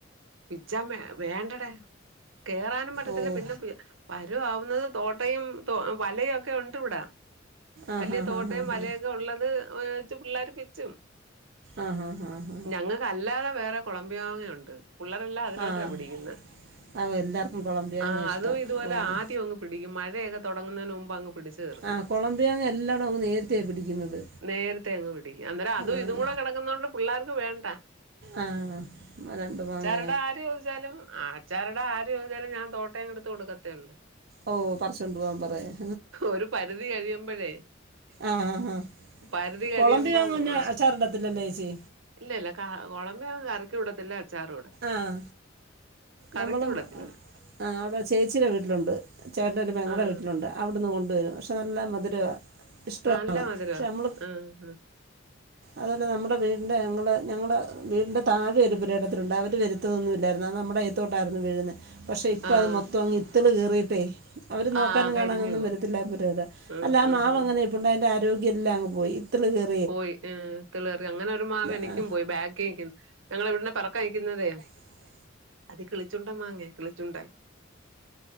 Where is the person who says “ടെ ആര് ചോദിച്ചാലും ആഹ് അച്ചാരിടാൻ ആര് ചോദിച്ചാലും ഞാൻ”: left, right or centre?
Right